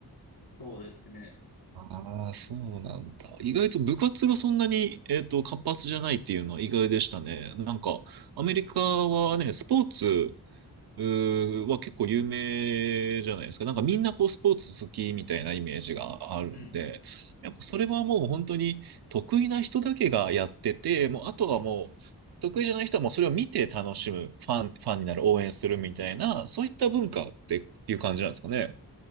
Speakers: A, on the left; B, on the right.
A: そうですね。
B: ああ、そうなんだ。意外と部活がそんなに、えっと、活発じゃないっていうのは意外でしたね。なんか、アメリカはね、スポーツうは結構有名じゃないですか。なんかみんなこうスポーツ好きみたいなイメージがあるんで、
A: うん。
B: やっぱそれはもう本当に得意な人だけがやってて、もうあとはもう得意じゃない人はもうそれを見て楽しむ、ファン、ファンになる、応援するみたいな、そういった文化っていう感じなんですかね。